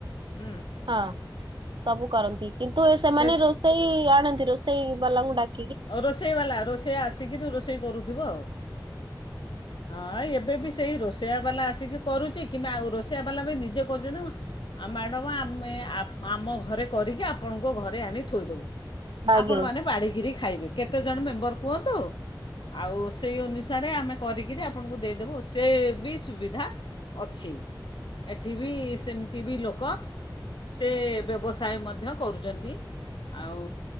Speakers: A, on the left; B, on the right.
A: ହୁଁ
B: ହଁ ସବୁ କରନ୍ତି। କିନ୍ତୁ ସେମାନେ
A: ସେ
B: ରୋଷେଇ ଆଣନ ରୋଷେଇ ବାଲାଙ୍କୁ ଡାକ୍
A: ଆଉ ରୋଷେଇ ବାଲା, ରୋଷେଇଆ ଆସିକିରି ରୋଷେଇ କରୁଥିବ ଆଉ। ହଁ ଏବେ ବି ସେଇ ରୋଷେଇଆବାଲା ଆସିକି କରୁଛି, କିମ୍ବା ଆଉ ରୋଷେଇଆ ବାଲା ବି ନିଜେ କରୁଛନ୍ତି। ଆଉ ମ୍ୟାଡ଼ମ ଆମେ ଆମ ଘରେ କରିକି ଆପଣଙ୍କ ଘରେ ଆଣି ଥୋଇଦବୁ।
B: ଆଜ୍ଞା।
A: ଆପଣ ମାନେ ବାଢ଼ିକିରି କେତେ ଜଣ ମେମ୍ବର କୁହନ୍ତୁ, ଆଉ ସେଇ ଅନୁସାରେ ଆମେ କରିକରି ଆପଣଙ୍କୁ ଦେଇଦେବୁ। ସେ ବି ସୁବିଧା ଅଛି ଏଠି ବି ସେମିତି ବି ଲୋକ ସେ ବ୍ୟବସାୟ ମଧ୍ୟ କରୁଛନ୍ତି। ଆଉ